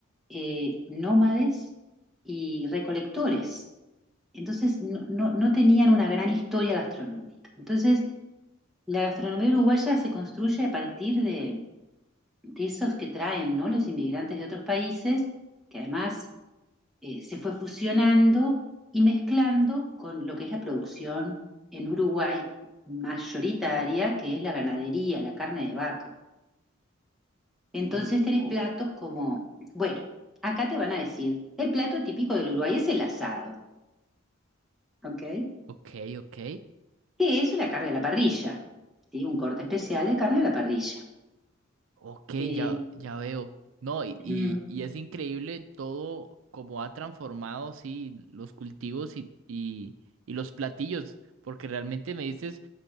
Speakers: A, in the centre; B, on the right.
A: eh, nómades y recolectores. Entonces no, no, no tenían una gran historia gastronómica. Entonces la gastronomía uruguaya se construye a partir de, de esos que traen, ¿no? Los inmigrantes de otros países, que además eh, se fue fusionando y mezclando con lo que es la producción en Uruguay mayoritaria, que es la ganadería, la carne de vaca. Entonces
B: Oh.
A: tenés platos como, bueno, acá te van a decir, el plato típico del Uruguay es el asado, ¿ok?
B: Ok, ok.
A: que es una carne a la parrilla, ¿sí? Un corte especial de carne a la parrilla.
B: Ok,
A: Eh,
B: ya, ya veo. No, y, y,
A: mm,
B: y es increíble todo como ha transformado, sí, los cultivos y, y, y los platillos, porque realmente me dices...